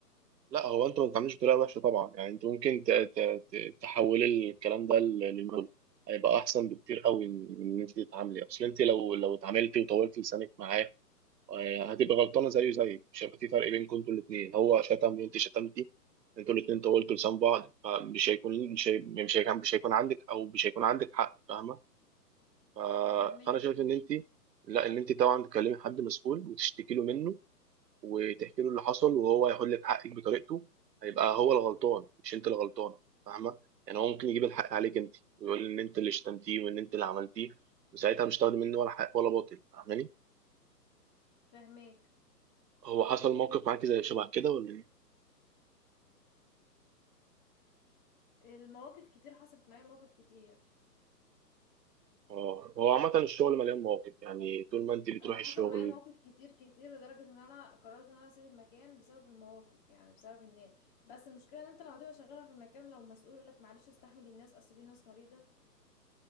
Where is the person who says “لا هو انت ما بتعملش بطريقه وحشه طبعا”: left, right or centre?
Right